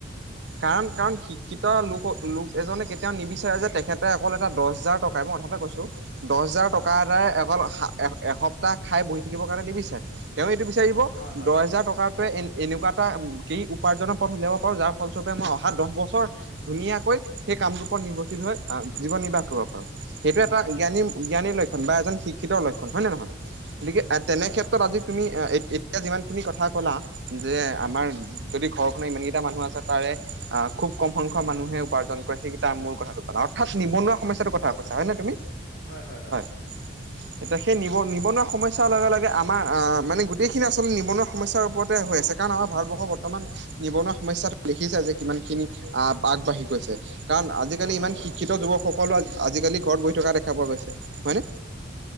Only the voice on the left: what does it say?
হয়
হয়
হয় হয়
হয়
হয়
হয়
হয়
হয় হয় হয়
হয় হয় হয়
হয়